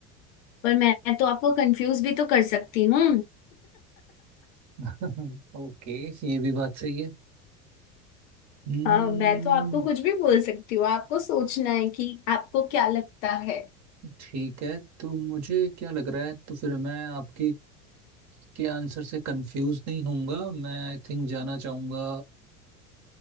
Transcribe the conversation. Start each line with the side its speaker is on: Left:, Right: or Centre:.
Left: पर मैं तो आपको कंफ्यूज भी तो कर सकती हूँ
Right: <laughs> ओके ये भी बात सही है हम्म
Left: हाँ मैं तो आपको कुछ भी बोल सकती हूँ आपको सोचना है कि आपको क्या लगता है
Right: ठीक है तो मुझे क्या लग रहा है तो फिर मैं आपके के आंसर से कंफ्यूज नहीं होऊंगा मैं आई थिंक जाना चाहूंगा